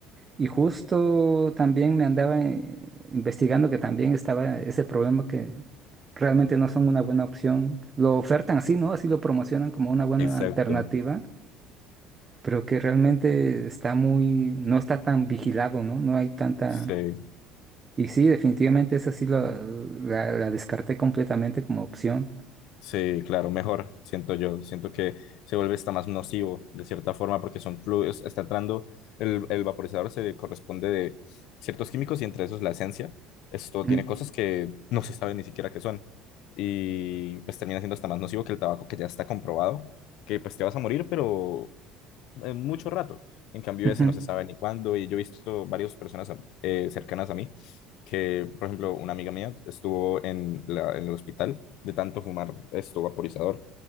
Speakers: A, on the right (about 20°); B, on the left (about 65°).
A: Y justo también me andaba eh, investigando que también estaba ese problema que realmente no son una buena opción. Lo ofertan así, ¿no? Así lo promocionan como una buena
B: Exacto.
A: alternativa pero que realmente está muy, no está tan vigilado, ¿no? No hay tanta...
B: Sí.
A: Y sí, definitivamente esa sí la, la, la descarté completamente como opción.
B: Sí, claro, mejor, siento yo. Siento que se vuelve hasta más nocivo de cierta forma porque son fluidos, está entrando, el, el vaporizador se corresponde de ciertos químicos y entre esos la esencia. Esto
A: Mm,
B: tiene cosas que no se sabe ni siquiera qué son y pues termina siendo hasta más nocivo que el tabaco que ya está comprobado, que pues te vas a morir, pero eh, mucho rato. En cambio,
A: ujú.
B: ese no se sabe ni cuándo. Y yo he visto varias personas eh, cercanas a mí que, por ejemplo, una amiga mía estuvo en, la- en el hospital de tanto fumar esto vaporizador.